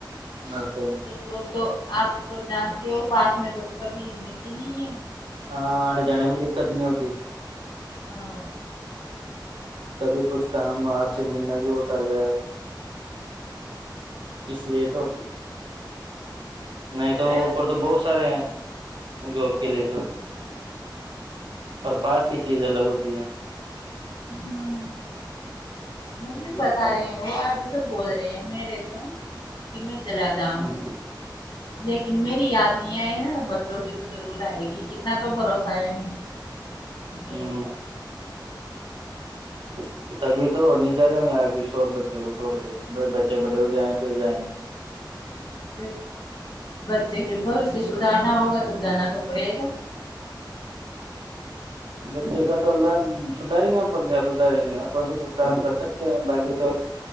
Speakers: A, on the right (about 80°); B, on the left (about 75°).
A: اچھا
B: جو تو آپ تو جانتے ہو پاس میں تو کبھی ملتی نہیں ہے
A: ہاں جنے بھی دکت نہیں ہوتی
B: ہاں
A: کبھی کچھ کام آپ سے ملنا بھی ہوتا جائے اس لیے تو نہیں تو
B: ارے وہ
A: اوپر تو بہت سارے ہیں وہ جاب کے لیے تو پر پاس کی چیز الگ ہوتی ہے
B: ہاں مجھے پتا
A: یہ ہوتا
B: ہے وہ ابھی تو بول رہے ہیں میرے سے کی میں چلا جاؤں
A: ہ
B: گا لیکن میری یاد نہیں آئی نا بچوں کی تو ضرور آئے گی اتنا تو بھروسہ ہے میں
A: ہ
B: جوپا
A: اچ تبھی تو نہیں جا رہے ہوں گے آپ پ ش اور بچوں کو چھوڑ کے بڑے بچے بڑے ہو جائیں پ جائیں گے
B: پ بچے کے بوشیہ سدھارنا ہوگا تو جانا تو پڑے گا
A: بچے کا تو لھ سدھاریں گے اپن کیا سدھاریں گے اپن تو ک کام کر سکتے ہیں باقی تو